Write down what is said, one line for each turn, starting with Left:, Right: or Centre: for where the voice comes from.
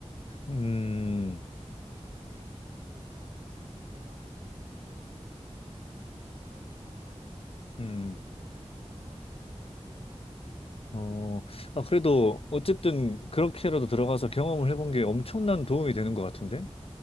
Right: 이제
Left: 음,
Right: 정규직은 이제 슬슬 제대로 따로 뽑는 거지. 어차피 나도 뭐 기간제 뭐지 대학 들어가야 되니까
Left: 음,
Right: 어, 그렇게 올해는 못할 것 같다 이런 식으로
Left: 어, 아, 그래도 어쨌든 그렇게라도 들어가서 경험을 해본 게 엄청난 도움이 되는 것 같은데?